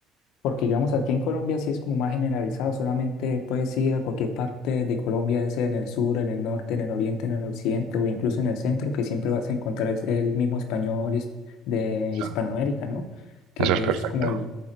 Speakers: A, on the left (about 60°); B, on the right (about 60°).
A: Porque digamos aquí en Colombia sí es como más generalizado, solamente puedes ir a cualquier parte de Colombia, ya sea en el sur, en el norte, en el oriente, en el occidente o incluso en el centro, que siempre vas a encontrar es el mismo español his- de
B: Eso,
A: Hispanoamérica, ¿no? Que
B: eso es perfecto,
A: es como el,